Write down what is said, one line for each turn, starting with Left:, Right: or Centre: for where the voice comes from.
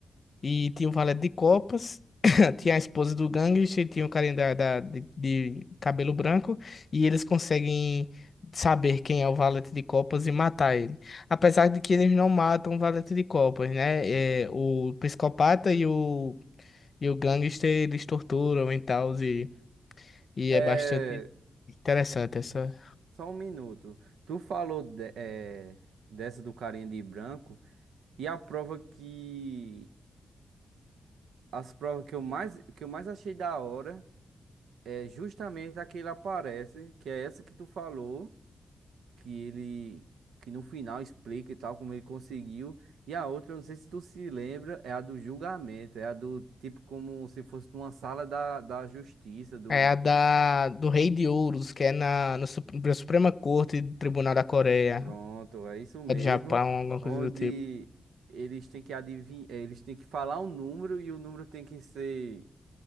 Left: E tinha o Valete de Copas, <laughs> tinha a esposa do gangster, tinha o carinha da, da- de, de cabelo branco, e eles conseguem saber quem é o Valete de Copas e matar ele. Apesar de que eles não matam o Valete de Copas, né? É, o psicopata e o, e o gangster, eles torturam e tal, e, e
Right: É,
Left: é bastante interessante essa.
Right: só um minuto. Tu falou de- é, dessa do carinha de branco e a prova que as provas que eu mais que eu mais achei da hora é justamente a que ele aparece, que é essa que tu falou. que ele que no final explica e tal como ele conseguiu. E a outra, eu não sei se tu se lembra, é a do julgamento, é a do tipo como se fosse uma sala da, da justiça do
Left: É a da, do Rei de Ouros, que é na, no Sup- na Suprema Corte do Tribunal da Coreia,
Right: Pronto, é isso mesmo,
Left: do Japão, alguma
Right: onde
Left: coisa do tipo.
Right: eles têm que adivinhar, eles têm que falar um número e o número tem que ser,